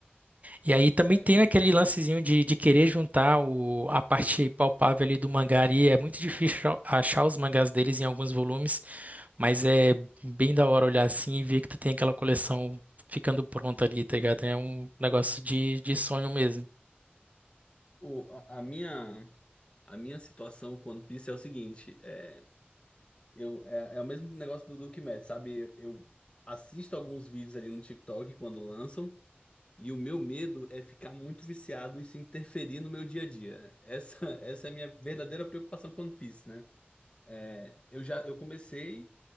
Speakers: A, on the right; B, on the left.
A: E aí também
B: É,
A: tem aquele lancezinho de, de querer juntar o, a parte palpável ali do mangá e é muito difícil achar os mangás deles em alguns volumes, mas é bem da hora olhar assim e ver que tu tem aquela coleção ficando pronta ali, tá ligado? É um negócio de, de sonho mesmo.
B: o, a, a minha, a minha situação com One Piece é o seguinte: é, eu, é, é o mesmo negócio do Duke Mad, sabe? Eu assisto alguns vídeos ali no TikTok quando lançam, e o meu medo é ficar muito viciado e se interferir no meu dia a dia. Essa, essa é a minha verdadeira preocupação com One Piece, né? É, eu já eu comecei